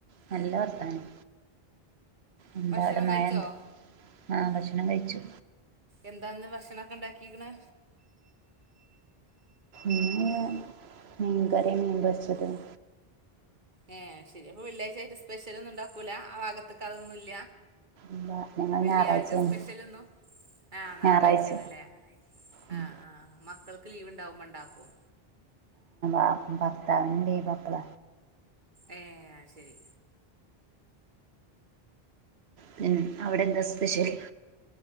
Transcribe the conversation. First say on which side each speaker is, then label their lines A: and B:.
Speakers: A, on the right; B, on the right.
A: നല്ല വർത്താനം എന്താ
B: ഭക്ഷണം
A: അവിടെ
B: കഴിച്ചോ
A: മഴണ്ടോ ആ ഭക്ഷണം കഴിച്ചു
B: എന്താന്ന് ഭക്ഷണൊക്കെ ഉണ്ടാക്കിക്ക്ണെ
A: ഇന്ന് മീൻകറിം മീൻപൊരിച്ചതേനി
B: ഏ ശരി അപ്പൊ വെള്ളിയാഴ്ചായിട്ട് സ്പെഷ്യലൊന്നും ഉണ്ടാക്കൂല ആ ഭാഗത്തക്ക് അതൊന്നുമ ഇല്ല
A: എന്താ ഞങ്ങൾ
B: വെള്ളിയാഴ്ച
A: ഞായറാഴ്ചയാണ്
B: സ്പെഷ്യലൊന്നു ആ ഞായറാഴ്ചേണല്ലേ
A: ഞായറാഴ്ച ഉം.
B: ആ ആ മക്കൾക്ക് ലീവ് ഉണ്ടാവുമ്പോ ഉണ്ടാക്കും
A: ആ ഭർത്താവിന് ലീവ് അപ്പള
B: ഏ അയ്ശരി
A: പിന്നെ അവിടെന്താ സ്പെഷ്യല്